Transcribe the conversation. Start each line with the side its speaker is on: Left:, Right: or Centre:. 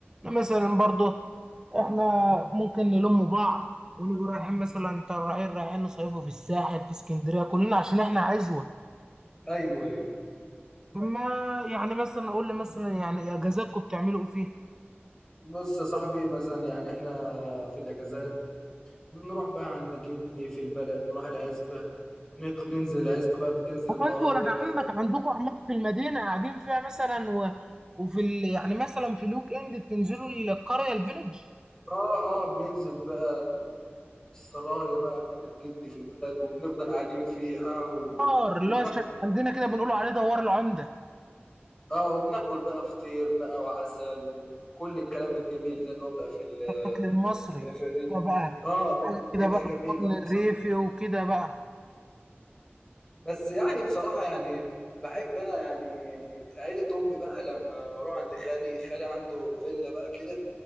Right: إنما مثلا برضه احنا ممكن نلم بعض ونيجي رايحين مثلا ترى رايحين رايحين نصيفوا في الساحل في اسكندريه كلنا عشان احنا عزوه
Left: ايوه ايوه
Right: فما يعني مثلا اقول لي مثلا يعني اجازاتكم بتعملوا ايه فيها؟
Left: بص يا صاحبي مثلا يعني احنا في الاجازات بنروح بقى عند جدي في البلد نروح العزبة نت- ننزل العزبة بقى بتنزل
Right: هو
Left: الأراضي
Right: انتوا ولاد
Left: بقى
Right: عمك عندكم عمارة في المدينه قاعدين فيها مثلا و... وفي ال... يعني مثلا في الويك اند بتنزلوا القريه الفيلج
Left: اه اه بننزل بقى السرايا بقى بتاعت جدي في البلد وبنفضل قاعدين فيها و...
Right: دار اللي
Left: وبناكل
Right: هو شبه عندنا كده بنقولوا عليه دوار العمده
Left: اه وبناكل بقى فطير بقى وعسل وكل الكلام الجميل ده اللي هو بقى في ال...
Right: الاكل المصري
Left: بيبقى في الرين
Right: هو بقى
Left: اه بي-
Right: حاجه
Left: بيبقى
Right: كده بقى
Left: جميل
Right: القطن
Left: أوي صح
Right: الريفي وكده بقى
Left: بس يعني بصراحة يعني بحب انا يعني عيلة امي بقى لما بروح عند خالي خالي عنده فيلا بقى كده